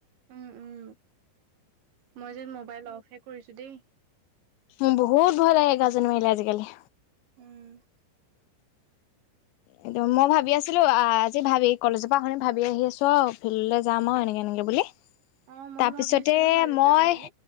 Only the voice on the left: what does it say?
মোৰ বহুত ভাল লাগে গাজনী মাৰিলে আজিকালি
এইটো মই ভাবি আছিলো আজি ভাবি কলেজৰ পৰা শুনি ভাবি আহি আছো অ ফিল্ডলৈ যাম অ এনেকে এনেকে বুলি ।
তাৰপিছতে
মই